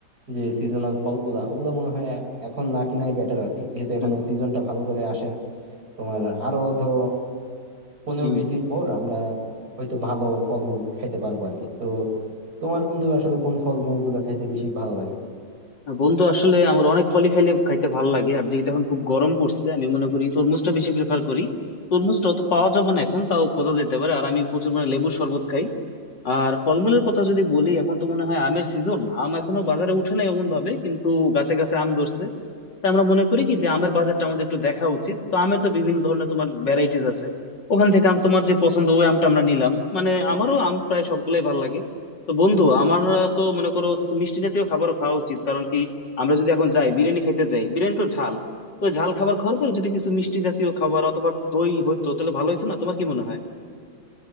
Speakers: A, on the right (about 50°); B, on the left (about 60°).
A: যে সিজনাল ফলগুলা ওগুলা মনে হয় এ- এখন না কিনাই বেটার আর কি যেহেতু এখনো
B: হুম
A: সিজনটা ভালো করে আসে নাই তোমার আরো ধরো পনেরো
B: হুম
A: বিশ দিন পর আমরা হয়তো ভালো ফলমূল খাইতে পারবো আর কি তো তোমার বন্ধু আসলে কোন ফলমূল গুলো খাইতে বেশি ভালো লাগে
B: বন্ধু আসলে আমার অনেক ফলই খাইলে খাইতে ভালো লাগে আর যেহেতু এখন খুব গরম পড়ছে আমি মনে করি তরমুজটা বেশি প্রেফার করি তরমুজটা অত পাওয়া যাবে না এখন তাও খোঁজা যেতে পারে আর আমি প্রচুর মানে লেবুর শরবত খাই আর ফলমূলের কথা যদি বলি এখন তো মনে হয় আমের সিজন আম এখনো বাজারে উঠে নাই এমন ভাবে কিন্তু গাছে গাছে আম ধরছে তাই আমরা মনে করি কি যে আমের বাজারটা আমাদের একটু দেখা উচিত তো আমের তো বিভিন্ন ধরনের তোমার ভ্যারাইটিস আছে ওখান থেকে আম তোমার যে পছন্দ ওই আমটা আমরা নিলাম মানে আমারও আম প্রায় সবগুলাই ভালো লাগে তো বন্ধু আমার তো মনে করো কিছু মিষ্টি জাতীয় খাবারও খাওয়া উচিত কারণ কি আমরা যদি এখন যাই বিরিয়ানি খাইতে যাই বিরিয়ানি তো ঝাল তো ঝাল খাবার খাওয়ার পর যদি কিছু মিষ্টি জাতীয় খাবার অথবা দই হতো তাহলে ভালো হতো না তোমার কি মনে হয়